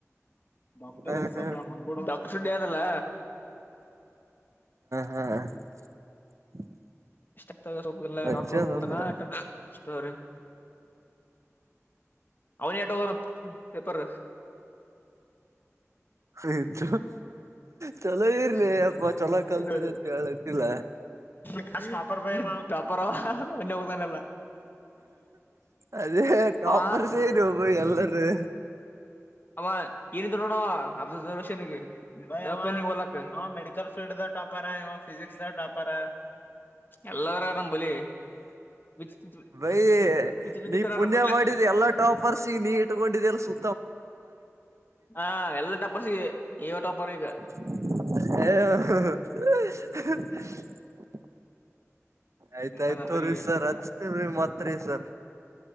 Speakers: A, on the left (about 40°); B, on the right (about 65°).
A: ಡಾಕ್ಟರ್
B: ಹ
A: ಎಸ್
B: ಹಾ
A: ಆರ್ ರಾಮಣ್ ಗೌಡ ಡಾಕ್ ಸುಳ್ಯ ದಲ್ಲ?
B: ಹ ಹಾ <unintelligible>
A: ಇಷ್ಟ ಆಗ್ತ ಸೊ ಎಲ್ಲ
B: ವಜ್ಜದ
A: ಹಾಕೊಂಡ್ ಕುತಾನ
B: ಅಂದ್ರ
A: ಸ್ಟೋರಿ ಅವನ ಟೋದಾನ ಪೇಪರ
B: ಆಯ್ತ ಚಲೋ ಇರ್ಲಿ ಅಮ್ಮ ಚಲೋ ಕಲ್ತರಿ
A: ನೋಡಿ
B: ಅಂತ ಹೇಳತಿಲ್ಲ.
A: <unintelligible>
B: ಅದೇ ಟಾಪರ್
A: ಅವ
B: ಸೇರಿ ಒಬ್ಬ ಎಲ್ಲರೂ
A: ಅವ ಇಂದು ನೋಡವ <unintelligible> ಫೀಲ್ಡ್ ದ ಟಾಪರ ಇವ ಫಿಸಿಕ್ಸ್ ನಾಗ್ ಟಾಪರ? ಎಲ್ಲದರಾಗ ನಂಬಲ್ಲಿ ವಿಚ ವಿಚಿತ್ರ
B: ಬೈ
A: ವಿಚಿತ್ರ ವಿಚಿತ್ರ
B: ನೀ ಪುಣ್ಯ
A: ನಂಬಲ್ಲಿ
B: ಮಾಡಿದ್ ಎಲ್ಲ ಟಾಪರ್ಸಿಗ್ ನೀಟ್ಗೊಂಡಿದ್ಯಲ್ಲ ಸು
A: ಹಾಂ ಎಲ್ಲ ಟಾಪರ್ಸಿಗೆ ಇವ ಟಾಪರ್ ಈಗ.
B: <unintelligible> ಆಯ್ತಾಯ್ತು
A: ಹಂಗ ನಂಬಲ್ಲಿ
B: ರೀ ಸರ್ ಹಚ್ತೀವ್ರಿ ಮತ್ರಿ ಸರ್.